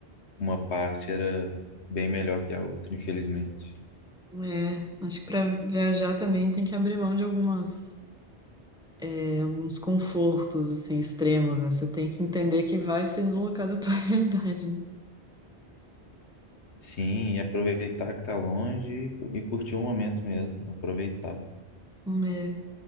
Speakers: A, on the left; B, in the centre.
A: uma parte era bem melhor que a outra, infelizmente.
B: É, acho que pra viajar também tem que abrir mão de algumas é, alguns confortos assim extremos, né? Você tem que entender que vai se deslocar da tua <laughs> realidade, né?
A: Sim, e aproveitar que tá longe e curtir o momento mesmo, aproveitar.
B: É.